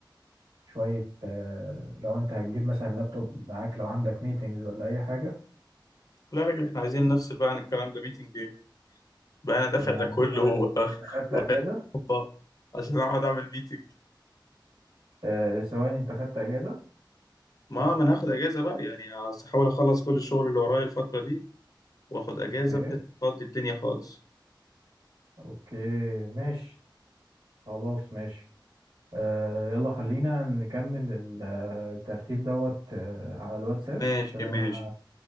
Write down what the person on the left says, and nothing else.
لا يا راجل احنا عايزين نفصل بقى عن الكلام ده ميتنج ايه بقى انا دافع
ده كله
و- <laughs>
اوبا عشان اقعد اعمل ميتنج
ما ما انا هاخد اجازه بقى يعني هحاول اخلص كل الشغل اللي ورايا الفتره دي واخد اجازه
بحيث افضي الدنيا خالص
ماشي
ماشي